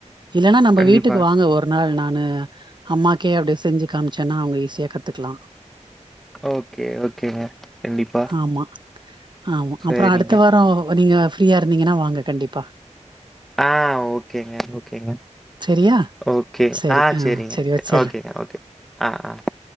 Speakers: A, on the right; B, in the centre.
A: இல்லன்னா நம்ம
B: கண்டிப்பா.
A: வீட்டுக்கு வாங்க ஒரு நாள் நானு அம்மாக்கே அப்டி செஞ்சு காமிச்சேன்னா அவங்க ஈஸியா கத்துக்கலா
B: ஓகே ஓகேங்க கண்டிப்பா
A: ஆமா ஆமா
B: சரிங்க.
A: அப்றோ அடுத்த வாரோ நீங்க ஃப்ரீயா இருந்தீங்கன்னா வாங்க கண்டிப்பா
B: ஆ ஓகேங்க ஓகேங்க
A: சரியா
B: ஓகே
A: சரி
B: ஆ சேரிங்க
A: சரி வச்சிட்றே
B: ஓகேங்க ஓகே ஆ ஆ